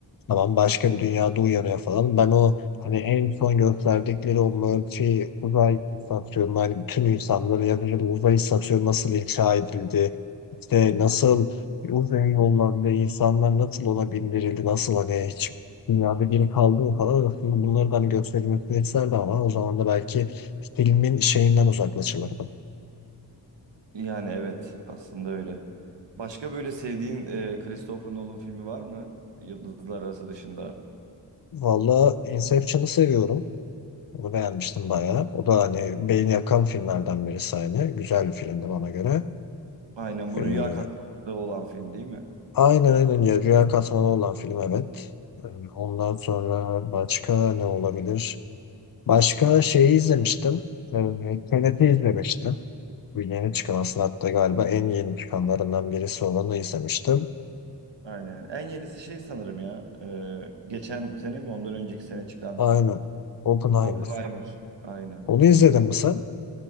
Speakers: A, on the left (about 55°); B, on the right (about 85°).
A: Tamam başka bir dünyada uyanıyor falan. Ben o hani en son gösterdikleri o Murphy uzay istasyonu hani bütün insanların yaşadığı uzay istasyonu nasıl inşa edildi? işte nasıl uzay yollarında insanlar nasıl ona bindirildi? Nasıl hani hiç dünyada biri kaldı mı falan. Aslında bunları da hani gösterilmesini isterdi ama o zaman da belki filmin şeyinden uzaklaşılırdı.
B: Yani evet aslında öyle. Başka böyle sevdiğin e, Christopher Nolan filmi var mı? Yıldızlar Arası dışında.
A: Valla Inception'ı seviyorum. Onu beğenmiştim bayağı. O da hani beyin yakan filmlerden birisi hani. Güzel bir filmdi bana göre.
B: Aynen bu
A: Ee,
B: rüya katmanında olan film değil mi?
A: aynen aynen ya Rüya Katmanı olan film evet. Ee, ondan sonra başka ne olabilir? Başka şeyi izlemiştim. Ee, Tenet'i izlemiştim. Bu yeni çıkan aslında hatta galiba en yeni çıkanlarından birisi olanı izlemiştim.
B: Aynen. En yenisi şey sanırım ya. e, geçen sene mi ondan önceki sene çıkan
A: Aynen. Oppenheimer.
B: Oppenheimer. Aynen.
A: Onu izledin mi sen?